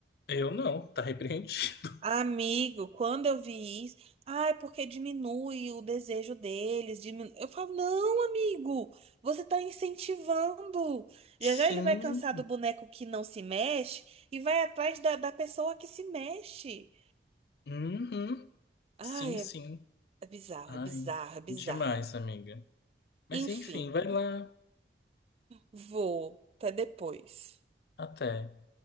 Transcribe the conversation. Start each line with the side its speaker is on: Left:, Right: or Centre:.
Left: Eu não, tá repreendido.
Right: Amigo, quando eu vi isso, ah, é porque diminui o desejo deles. Diminui... Eu falo, não, amigo, você tá incentivando.
Left: <laughs>
Right: Já
Left: Sim,
Right: já ele vai cansar do boneco que não se mexe e vai atrás da, da pessoa que se mexe.
Left: uhum,
Right: Ai,
Left: sim, sim.
Right: é, é bizarro,
Left: Ai,
Right: é bizarro, é bizarro.
Left: demais, amiga. Mas
Right: Enfim,
Left: enfim, vai lá,
Right: vou. Até depois.
Left: até.